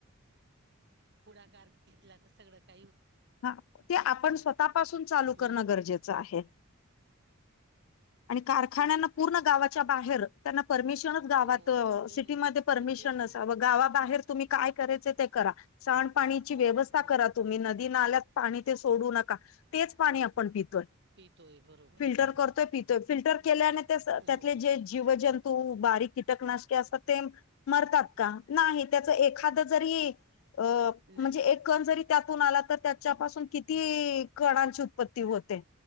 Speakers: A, on the right; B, on the left.
A: पुढाकार घेतला तर सगळं काही
B: हा ते आपण
A: होते असे
B: स्वतःपासून
A: हम्म.
B: चालू करणं गरजेचं आहे आणि कारखान्यांना पूर्ण गावाच्या बाहेर त्यांना परमेश ्
A: हो
B: गात
A: मेन
B: सिटीमध्ये परमिशन
A: तर तेच आहे
B: गावाहेर तुम्ही काय कराय ते करा स पाची व्यवस्था
A: हम्म.
B: करा तुम्ही ल्यात पाणी ते सोडू नका तेच पाणी आपण पितोय
A: पितोय बरोबर
B: फिल्टर
A: आहे
B: करतोय पितोय फिल्टर केल्याने त्या त्यातले
A: हो
B: जे जीवजंतू बारीक कीटकनाशके असत ते मरतात का नाही त्याच एखाद जरी अ
A: नाही
B: म्हणजे एक कण जरी त्यातून आला तर त्याच्या पाासून किती कणांची उत्पत्ती होते